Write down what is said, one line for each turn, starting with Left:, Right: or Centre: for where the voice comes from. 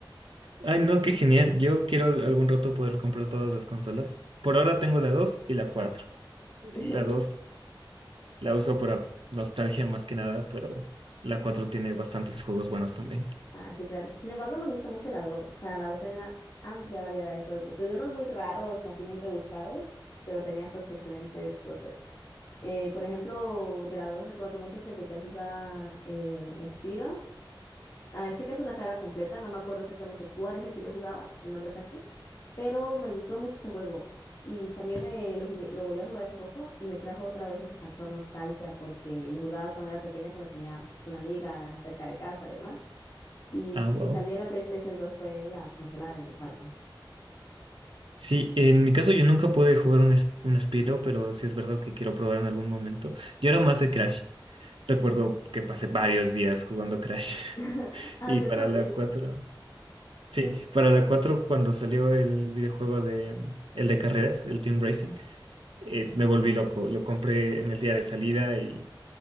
Right: Ay, no, qué genial. Yo quiero al- algún rato poder comprar todas las consolas. Por ahora tengo la 2 y la cuatro
Left: Sí,
Right: La
Left: es-
Right: 2 la uso para nostalgia más que nada, pero la 4 tiene bastantes juegos buenos también.
Left: Ah, sí, claro. Sin embargo, me gusta mucho la 2. O sea, la 2 tenía una amplia variedad de juegos. Desde unos muy raros, así muy rebuscados, pero tenía pues excelentes cosas. Eh, por ejemplo, de la 2 recuerdo mucho que llegué a jugar eh, Spyro Ah, sé que es una saga completa, no me acuerdo exactamente cuál es el que yo jugaba, el nombre exacto, pero me gustó mucho este juego y también me lo jugué, lo volví a jugar hace poco y me trajo otra vez ese factor nostalgia porque lo jugaba cuando era pequeña, cuando tenía pues, una amiga cerca de casa y demás. Y
Right: Ah,
Left: sí,
Right: wow.
Left: también la PlayStation 2 fue la consola de mi infancia.
Right: Sí, en mi caso yo nunca pude jugar un, es- un Spyro, pero sí es verdad que quiero probar en algún momento. Yo era más de Crash. Recuerdo que pasé varios días jugando Crash. <laughs>
Left: <laughs> Ah,
Right: Y
Left: yo
Right: para
Left: también.
Right: la cuatro Sí,
Left: Sí,
Right: para la 4 cuando salió el videojuego de el de carreras, el Team Racing, eh, me volví loco. Lo compré en el día de salida y